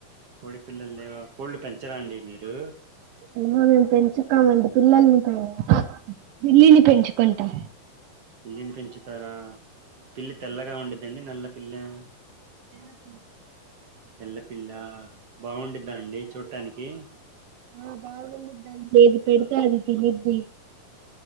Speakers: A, on the right (about 55°); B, on the right (about 80°).
A: కోడి పిల్లలు లేవా కోళ్ళు పెంచరా అండి మీరు
B: ఏమో మేము పెంచుతామండి పిల్లల మీ కూడా పిల్లులు పెంచుకుంటాం
A: పిల్లిని పెంచుతారా పిల్లి తెల్లగా ఉండిద్దండి నల్ల పిల్లా తెల్ల పిల్లి తెల్లపిల్లా బాగుండిద్దా అండి చూడటానికి
B: ఆ బాగుండిద్దండి ఏది పెడతే అది తినిద్ది